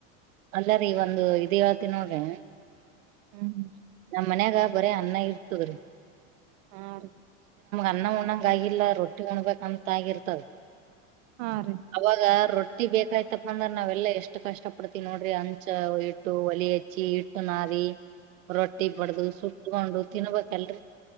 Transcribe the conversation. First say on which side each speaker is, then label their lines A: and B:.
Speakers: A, on the right (about 90°); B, on the right (about 60°).
A: ಅಲ್ಲರಿೀ ಒಂದು ಇದ ಹೇಳ್ತಿ ನೋಡ್ರಿ
B: ಹ್ಮ್ ಹ್ಮ್
A: ನಮ್ ಮನ್ಯಾಗ ಬರ ಅನ್ನ ಇರ್ತವ್ರಿ
B: ಹಾ ರೀ
A: ಅಣನ್ನ ಉಣಂಗ ಆಗಿಲ್ಲ ರೊಟ್ಟಿ ಹೊಣ್ಬೇಕಕ್ ಅಂತ ಆಗಿರ್ತದ
B: ಹಾ ರೀ
A: ಅವಾಗ ರೊಟ್ಟಿ ಬೇಕಾಯ್ತಪ್ಪಂದ್ರ ನಾವೆಲ್ಲಾ ಎಷ್ಟು ಕಷ್ಟ ಪಡ್ತೀವಿ ನೋಡ್ರಿ ಅಂಚ ಇಟ್ಟು ಒಲಿ ಹಚ್ಚಿ ಇಟ್ಟು ನಾರಿ ರೊಟ್ಟಿ ಬಡ್ದು ಸುಟ್ಕೊಂಡು ತಿನ್ಬೇಕಲ್ರರಿ